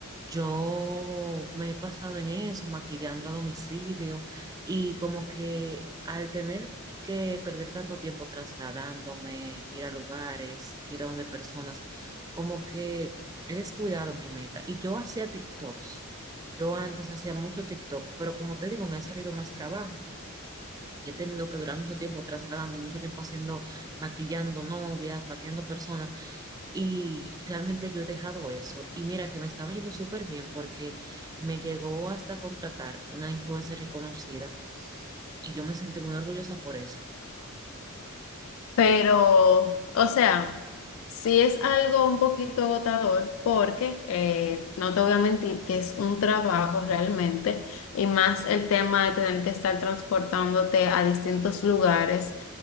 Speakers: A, on the right; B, on the left.
A: Yo me he pasado en eso, maquillando a domicilio y como que al tener que perder tanto tiempo trasladándome, ir a lugares, ir a donde personas, como que he descuidado mi meta. Y yo hacía TikToks. Yo antes hacía mucho TikTok, pero como te digo, me ha salido más trabajo. Y he tenido que durar mucho tiempo trasladando, mucho tiempo haciendo, maquillando novias, maquillando personas. Y realmente yo he dejado eso. Y mira que me estaba yendo súper bien porque me llegó hasta contratar una influencer reconocida. Y yo me sentí muy orgullosa por eso.
B: Pero, o sea, sí es algo un poquito agotador porque eh, no te voy a mentir que es un trabajo realmente y más el tema de tener que estar transportándote a distintos lugares.